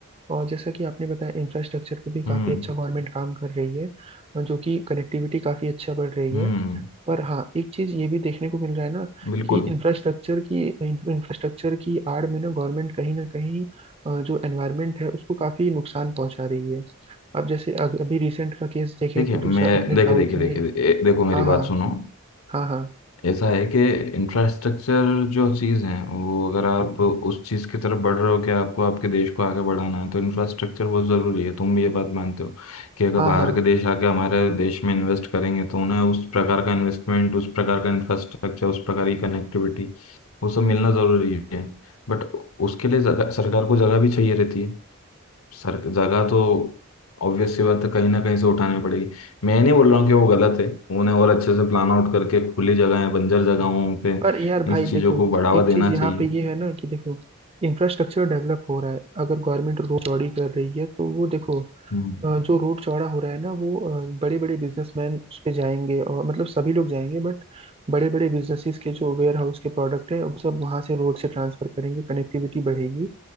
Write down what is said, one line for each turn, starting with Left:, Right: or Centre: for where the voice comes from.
Right: और जैसा कि आपने बताया इंफ्रास्ट्रक्चर पे भी काफी
Left: हम्म
Right: अच्छा गवर्नमेंट काम कर रही है और जो कि कनेक्टिविटी काफी अच्छा बढ़ रही
Left: हम्म
Right: है पर हाँ एक चीज ये भी देखने को मिल रहा है ना
Left: बिल्कुल
Right: कि इंफ्रास्ट्रक्चर की इंफ्रास्ट्रक्चर की आड़ में ना गवर्नमेंट कहीं ना कहीं अ, जो एनवायरनमेंट है उसको काफी नुकसान पहुंचा रही है अब जैसे अग- अभी रिसेंट का केस देखें
Left: देखिए
Right: तो जो स-
Left: मैं
Right: अपने साउथ
Left: देखिए देखिए
Right: में
Left: देखिए ए- देखो
Right: हाँ
Left: मेरी
Right: हाँ
Left: बात सुनो
Right: हाँ हाँ
Left: ऐसा है कि इंफ्रास्ट्रक्चर जो चीज़ है वो अगर आप उस चीज़ की तरफ बढ़ रहे हो कि आपको आपके देश को आगे बढ़ाना है तो इंफ्रास्ट्रक्चर बहुत ज़रूरी है तुम भी ये बात मानते हो कि अगर
Right: हाँ
Left: बाहर
Right: हाँ
Left: के देश आके हमारे देश में इन्वेस्ट करेंगे तो उन्हें उस प्रकार का इन्वेस्टमेंट उस प्रकार का इंफ्रास्ट्रक्चर उस प्रकार की कनेक्टिविटी वो सब मिलना ज़रूरी है बट उसके लिए जगह सरकार को जगह भी चाहिए रहती है सर जगह तो ऑब्वियस सी बात है कहीं ना कहीं से उठानी पड़ेगी मैं नहीं बोल रहा हूँ कि वो गलत है उन्हें और अच्छे से प्लान आउट करके खुली जगहें बंजर जगहों पे
Right: पर यार भाई
Left: इन चीज़ों
Right: देखो
Left: को बढ़ावा
Right: एक
Left: देना
Right: चीज यहाँ
Left: चाहिए
Right: पे ये है ना कि देखो इंफ्रास्ट्रक्चर डेवलप हो रहा है अगर गवर्नमेंट रोड चौड़ी कर रही है तो वो देखो
Left: हम्म
Right: अ, जो रोड चौड़ा हो रहा है ना वो बड़े बड़े बिजनेसमैन उस पे जाएंगे और मतलब सभी लोग जाएंगे बट बड़े बड़े बिजनेसेस के जो वेयर हाउस के प्रोडक्ट है वो सब वहां से रोड से ट्रांसफर करेंगे कनेक्टिविटी बढ़ेगी